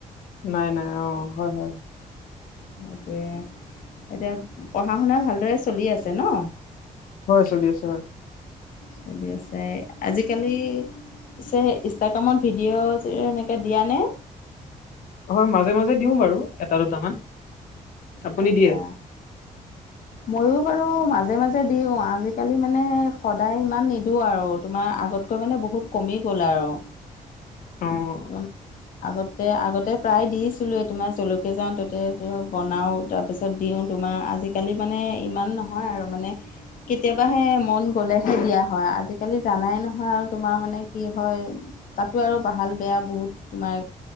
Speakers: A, on the left; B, on the left.
A: নাই নাই অ হয় হয়
B: সেইটোৱে এতিয়া পঢ়া শুনা ভালদৰে চলি আছে ন
A: হয় চলি আছে হয়
B: চলি আছে আজিকালি পিছে ইনষ্টাগ্ৰামত ভিডিঅ' এনেকে দিয়া নে
A: হয় মাজে মাজে দিও বাৰু এটা দুটামান আপুনি
B: তাৰপিছ
A: দিয়ে? <inaudible>
B: ময়ো বাৰু মাজে মাজে দিওঁ আজিকালি মানে সদায় ইমান নিদিওঁ আৰু তোমাৰ আগত কৈ মানে বহুত কমি গ'ল আৰু
A: অ
B: মম আগতে আগতে প্ৰায় দিছিলো তোমাৰ জলকে যাও ততে বনাও তাৰপিছত তপিছত দিওঁ তোমাৰ আজিকালি মানে ইমান নহয় আৰু মানে কেতিয়াবাহে মন গ'লেহে দিয়া হয় আজিকালি জানাই নহয় আৰু তোমাৰ মানে কি হয় তাতো আৰু ভাল বেয়া বহুত তোমাৰ